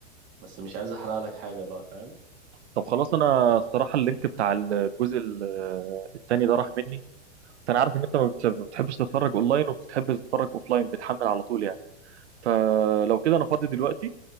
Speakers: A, on the right; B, on the right.
A: بس مش عايز أحرق لك حاجة بقى فاهم
B: طب خلاص انا الصراحه اللينك بتاع الجزء ال- التاني ده راح مني فانا عارف ان انت ما بت- ما بتحبش تتفرج اونلاين وبتحب تتفرج اوفلاين بتحمل على طول يعني فلو كده انا فاضي دلوقتي